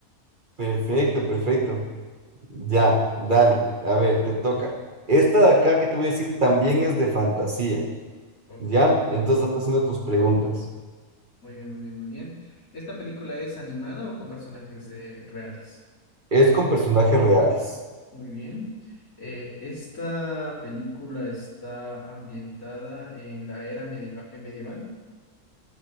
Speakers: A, on the right (about 35°); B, on the left (about 70°).
A: Perfecto, perfecto. Ya, dale, a ver, te toca. Esta de acá que te voy a decir también es de fantasía,
B: Ok,
A: ¿ya? Entonces estás haciendo tus preguntas.
B: muy bien, muy bien, muy bien. ¿Esta película es animada o con personajes eh, reales?
A: Es con personajes reales.
B: Muy bien. Eh, esta película está ambientada en la era medieva- eh, medieval.